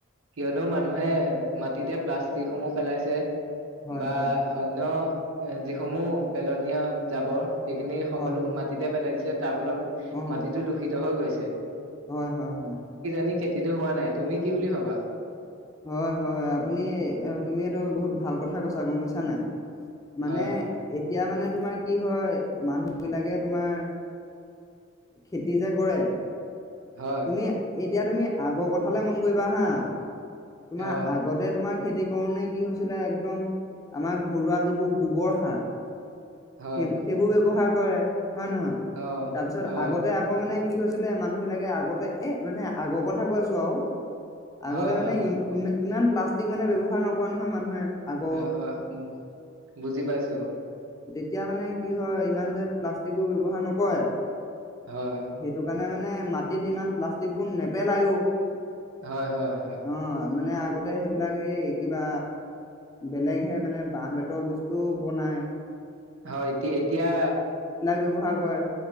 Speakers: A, on the right; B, on the left.
A: কিয়নো মানুহে মাটিতে প্লাষ্টিকসমূহ পেলাইছে
B: হয়
A: বা
B: হয়
A: অন্য এ যিসমূহ পেলনীয়া জাবৰ সেইখিনি সকলো
B: হয় হয়
A: মাটিতে পেলাই দিছে। তাৰ ফলত
B: অ
A: মাটিটো দূষিত হৈ গৈছে।
B: হয় হয় হয়।
A: <inaudible> খেতিটো হোৱা নাই, তুমি কি বুলি ভাবা?
B: হয়, হয়, আপুনি এ তুমি এইটো বহুত ভাল কথা কৈছা, গম পাইছা নাই। মানে
A: হয় হয়
B: এতিয়া মানে তোমাৰ কি হয় মানুহ বিলাকে তোমাৰ, খেতি যে কৰে
A: হয়
B: তুমি এই এতিয়া তুমি আগৰ কথালে মন কৰিবা হা। তোমাৰ
A: অ
B: আগতে তোমাক খেতি কৰোতে কি হৈছিলে একদম আমাৰ ঘৰুৱা যিবোৰ গোবৰ সাৰ সেইবো
A: হয়
B: সেইবোৰ ব্যৱহাৰ কৰে। হয় নহয়,
A: অ
B: তাৰপিছত
A: অ
B: আগতে আকৌ মানে কি হৈছিলে মানুহ বিলাকে আগতে এ মানে আগৰ কথা কৈ আছোঁ আৰু। আগতে
A: হয় হয়
B: মানে
A: অ',
B: ই
A: ক
B: ইমা- ইমান প্লাষ্টিক মানে ব্যৱহাৰ নকৰে নহয় মানুহে। আগৰ
A: অঁ হয় উম, বুজি পাইছো অঁ।
B: এতিয়া মানে কি হয়, ইমান যে প্লাষ্টিক বোৰ ব্যৱহাৰ নকৰে
A: অ হয়
B: সেইটো কাৰণে মানে মাটিত ইমান প্লাষ্টিক বোৰ নেপেলায়ো।
A: হয় হয়-হয়।
B: অ' মানে আগতে সেইবিলাক এই কিবা বেলেগহে মানে বাঁহ বেতৰ বস্তুও বনায়।
A: হয়, এতিয়া- এতিয়া
B: ব্যৱহাৰ কৰে